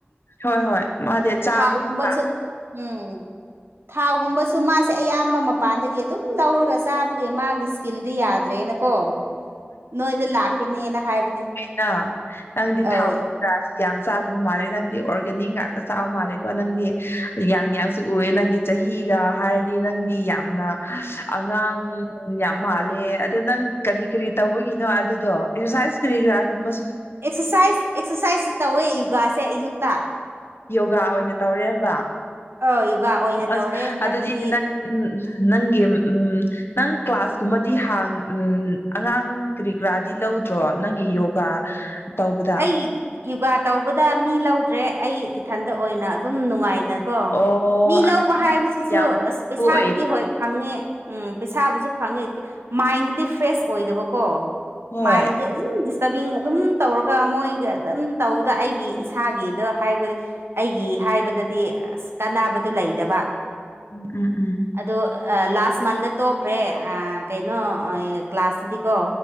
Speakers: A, on the left; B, on the right.
A: ꯍꯣꯏ ꯍꯣꯏ ꯃꯥꯗꯤ ꯆꯥꯕ
B: ꯊꯥꯎꯒꯨꯝꯕꯁꯨ
A: ꯊꯛꯄ
B: ꯎꯝ ꯊꯥꯎꯒꯨꯝꯕꯁꯨ ꯃꯥꯁꯦ ꯑꯌꯥꯝꯕ ꯃꯄꯥꯟꯗꯒꯤ ꯑꯗꯨꯝ ꯂꯧꯔꯒ ꯆꯥꯕꯒꯤ ꯃꯥꯒꯤ ꯏꯁꯀꯤꯟꯗꯤ ꯌꯥꯗ꯭ꯔꯦꯅꯀꯣ ꯅꯣꯏꯗ ꯂꯥꯛꯀꯅꯦꯅ ꯍꯥꯏꯕꯅꯦ
A: ꯑꯩꯅ ꯅꯪꯗꯤ
B: ꯑꯧ
A: ꯊꯥꯎ ꯀꯩꯗ꯭ꯔ ꯀꯌꯥꯝ ꯆꯥꯗꯕ ꯃꯥꯂꯦ ꯅꯪꯗꯤ ꯑꯣꯔꯒꯥꯅꯤꯛ ꯉꯥꯛꯇ ꯆꯥꯕ ꯃꯥꯜꯂꯦꯀꯣ ꯅꯪꯗꯤ ꯌꯥꯡ ꯌꯥꯡꯁꯨ ꯎꯑꯦ ꯅꯪꯒꯤ ꯆꯍꯤꯒ ꯍꯥꯏꯔꯗꯤ ꯅꯪꯗꯤ ꯌꯥꯝꯅ ꯑꯉꯥꯡ ꯌꯥꯝ ꯃꯥꯜꯂꯦ ꯑꯗ ꯅꯪ ꯀꯔꯤ ꯀꯔꯤ ꯇꯧꯕꯒꯤꯅꯣ ꯑꯗꯨꯗꯣ ꯑꯦꯛꯁꯔꯁꯥꯏꯁ ꯀꯔꯤ ꯀꯔꯥꯒꯨꯝꯕ
B: ꯑꯦꯛꯁꯔꯁꯥꯏꯁ ꯑꯦꯛꯁꯔꯁꯥꯏꯁꯁꯨ ꯇꯧꯋꯦ ꯌꯣꯒꯥꯁꯦ ꯑꯌꯨꯛꯇ
A: ꯒꯥ ꯑꯣꯏꯅ ꯇꯧꯔꯦꯕ
B: ꯑꯧ ꯌꯣꯒꯥ ꯑꯣꯏꯅ
A: ꯑꯁ
B: ꯇꯧꯔꯦ ꯍꯟꯗꯛꯇꯤ
A: ꯑꯗꯗꯤ ꯎ ꯅꯪꯒꯤ ꯎꯝ ꯅꯪ ꯀ꯭ꯂꯥꯁ ꯀꯨꯝꯕꯗꯤ ꯍꯥꯡ ꯎ ꯑꯉꯥꯡ ꯀꯔꯤ ꯀꯔꯥꯗꯤ ꯇꯧꯗ꯭ꯔꯣ ꯅꯪꯒꯤ ꯌꯣꯒꯥ ꯇꯧꯕꯗ
B: ꯑꯩ ꯌꯣꯒꯥ ꯇꯧꯕꯗ ꯃꯤ ꯂꯧꯗ꯭ꯔꯦ ꯑꯩ ꯏꯊꯟꯇ ꯑꯣꯏꯅ ꯑꯗꯨꯝ ꯅꯨꯡꯉꯥꯏꯅꯅ ꯀꯣ
A: ꯑꯣ
B: ꯃꯤ
A: ꯑꯗꯨꯗꯤ
B: ꯂꯧꯕ ꯍꯥꯏꯕꯁꯤꯁꯨ
A: ꯅꯪ ꯌꯥꯝꯅ ꯄꯤꯁꯐꯨꯜ
B: ꯑꯁ ꯄꯩꯁꯥꯕꯨꯗꯤ
A: ꯑꯣꯏꯌꯦ
B: ꯍꯣꯏ ꯐꯪꯉꯦ ꯎꯝ ꯄꯩꯁꯥꯕꯨꯁꯨ ꯐꯪꯉꯦ ꯃꯥꯏꯟꯗꯗꯤ ꯐ꯭ꯔꯦꯁ ꯑꯣꯏꯗꯕꯀꯣ
A: ꯍꯣꯏ
B: ꯃꯥꯏꯟꯁꯦ ꯑꯗꯨꯝ ꯗꯤꯁꯇꯔꯕꯤꯡ ꯑꯗꯨꯝ ꯇꯧꯔꯒ ꯃꯣꯏꯒ ꯑꯗꯨꯝ ꯇꯧꯕꯗ ꯑꯩꯒꯤ ꯏꯁꯥꯒꯤꯗ ꯍꯥꯏꯕ ꯑꯩꯒꯤ ꯍꯥꯏꯕꯗꯗꯤ ꯑꯁ ꯀꯥꯟꯅꯕꯗꯨꯣ ꯂꯩꯇꯕ
A: ꯎꯝ ꯎꯝ
B: ꯑꯗꯣ ꯂꯥꯁ ꯃꯟꯗ ꯇꯣꯛꯈ꯭ꯔꯦ ꯀꯩꯅꯣ ꯀ꯭ꯂꯥꯁꯇꯨꯗꯤꯀꯣ